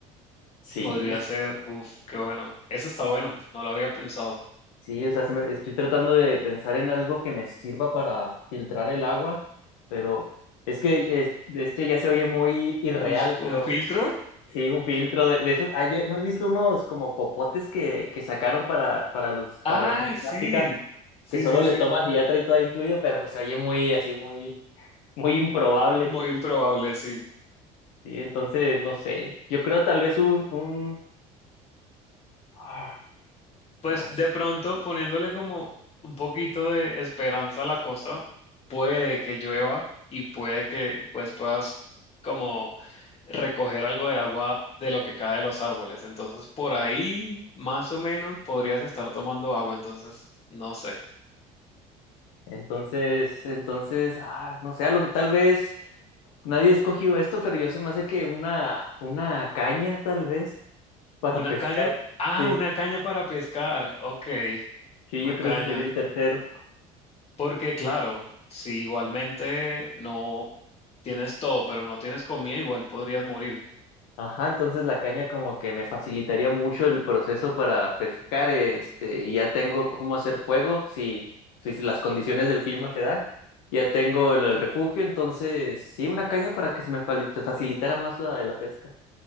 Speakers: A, on the left; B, on the left.
A: sí,
B: podría ser, uff, qué bueno. Eso está bueno, no lo había pensado.
A: Sí, o sea, se me- estoy tratando de pensar en algo que me sirva para filtrar el agua, pero es que es- este ya se oye muy irreal,
B: ¿Un, un
A: pero
B: filtro?
A: sí, un filtro de, de esos. Ah, yo- ¿no has visto unos como popotes que, que sacaron para, para los, para
B: Ay,
A: la gente
B: sí,
A: en África
B: sí,
A: que solo
B: sí,
A: le
B: sí,
A: tomas y ya trae todo incluido, pero pues se oye muy así, muy, muy improbable.
B: muy improbable, sí.
A: Y entonces, no sé, yo creo tal vez un, un, ah,
B: Pues
A: no sé.
B: de pronto, poniéndole como un poquito de esperanza a la cosa, puede que llueva y puede que pues puedas como recoger algo de agua de lo que cae de los árboles. Entonces, por ahí, más o menos, podrías estar tomando agua. Entonces, no sé.
A: Entonces, entonces, ah, no sé, a lo- tal vez. Nadie ha escogido esto, pero yo se me hace que una, una caña, tal vez, para
B: ¿Una
A: pescar.
B: caña? Ah,
A: Sí,
B: una caña para pescar. Ok,
A: sí,
B: una
A: yo
B: caña.
A: creo que ese sería el tercero.
B: Porque claro, si igualmente no tienes todo, pero no tienes comida, igual podrías morir.
A: Ajá, entonces la caña como que me facilitaría mucho el proceso para pescar, este, y ya tengo cómo hacer fuego si, si las condiciones del clima se dan. Ya tengo lo del refugio, entonces sí, una caña para que se me fali- pues, facilitara más la de la pesca.